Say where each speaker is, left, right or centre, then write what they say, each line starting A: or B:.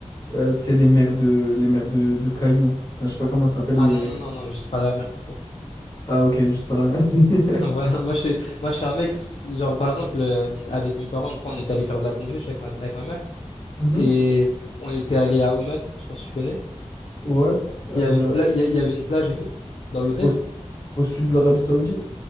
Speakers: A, on the left (about 30°); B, on the left (about 55°).
A: euh, tu sais, les mers de, les mers de, de Cayup. Enfin, je sais pas comment ça s'appelle,
B: Ah
A: mais
B: non, non, non, non, juste pas la mer tout court.
A: Ah, ok, juste pas la mer. <laughs>
B: <laughs> Voilà, moi, je, suis- moi, je suis un mec, si, genre, par exemple, euh, avec mes parents, une fois, on est allé faire de la plongée, je suis avec ma, avec ma mère.
A: Mhm.
B: Et on était allé à Oman, je pense que tu connais.
A: Ouais. Euh,
B: Il y avait une pla- il y a- il y avait une plage et tout, dans l'hôtel.
A: au, au sud de l'Arabie Saoudite.